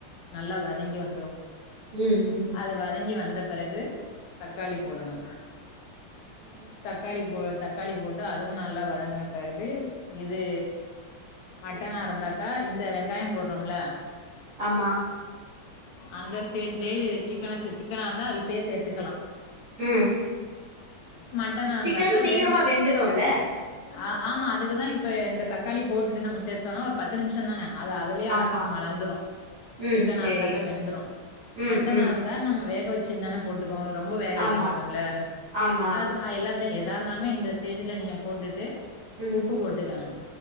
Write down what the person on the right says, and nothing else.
ம் ம்
ம்
ஆமா
ம்
சிக்கன் சீக்கிரமா
வெந்துடுல்ல
ஆமா
ம்
செரி
ம்
ம்
ஆமா
ஆமா
ம்